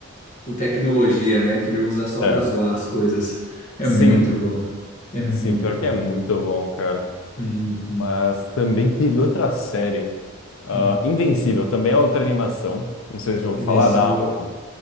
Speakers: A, on the left; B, on the left.
A: com tecnologia, né? Que ele usa só
B: é.
A: para zoar as coisas. É
B: Sim,
A: muito bom. É muito
B: sim, pior
A: bom.
B: que é muito bom, cara.
A: Uhum.
B: Mas também teve outra série, ah,
A: Hum.
B: Invencível, também é outra animação. Não sei se eu vou
A: Invencível.
B: falar, da Amazon.